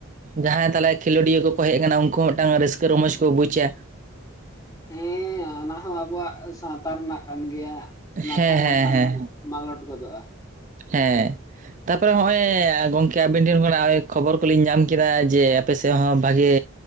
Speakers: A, on the right; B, on the left.
A: ᱡᱟᱦᱟᱸᱭ ᱛᱟᱞᱮ ᱠᱷᱮᱞᱳᱰᱤᱭᱟᱹ ᱠᱚᱠᱚ ᱦᱮᱡ ᱟᱠᱟᱱᱟ ᱩᱱᱠᱩ ᱦᱚᱸ ᱢᱤᱫᱴᱟᱝ ᱨᱟᱹᱥᱠᱟᱹ ᱨᱚᱢᱚᱡ ᱠᱚ ᱵᱩᱡᱟ᱾
B: ᱦᱮᱸ ᱚᱱᱟ ᱦᱚᱸ ᱟᱵᱚᱣᱟᱜ ᱥᱟᱶᱛᱟ ᱨᱮᱱᱟᱜ ᱠᱟᱱ ᱜᱮᱭᱟ
A: ᱦᱮᱸ
B: ᱚᱱᱟ ᱠᱚᱦᱚᱸ ᱵᱟᱝᱠᱷᱟᱱᱼᱼ
A: ᱦᱮᱸ ᱦᱮᱸ
B: ᱢᱟᱞᱚᱴ ᱜᱚᱫᱚᱜᱼᱟ᱾
A: ᱦᱮᱸ ᱛᱟᱯᱚᱨᱮ ᱦᱚᱜᱼᱚᱭ ᱜᱚᱝᱠᱮᱼᱼ ᱟᱹᱵᱤᱱ ᱴᱷᱮᱱ ᱠᱷᱚᱱᱟᱜ ᱠᱷᱚᱵᱚᱨ ᱠᱚᱞᱤᱧ ᱧᱟᱢ ᱠᱮᱫᱟ ᱡᱮ ᱟᱯᱮ ᱥᱮᱫ ᱦᱚᱸ ᱵᱷᱟᱜᱮᱼᱼ